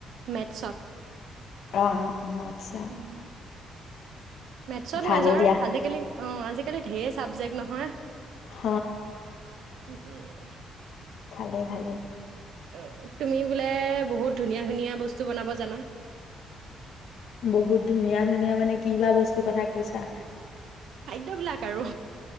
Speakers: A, on the right; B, on the left.
A: মেটছত
B: অ', অ', অ'। আচ্ছা
A: উম মেটছত
B: ভালেই
A: মেজৰ,
B: দিয়া
A: আজিকালি অ', আজিকালি ঢেৰ চাবজেক্ট নহয়।
B: হ।
A: উম হ
B: ভালেই ভালেই।
A: অ তুমি বোলে বহুত ধুনীয়া ধুনীয়া বস্তু বনাব জানা
B: বহুত ধুনীয়া ধুনীয়া মানে কি বা বস্তুৰ কথা কৈছা?
A: খাদ্যবিলাক আৰু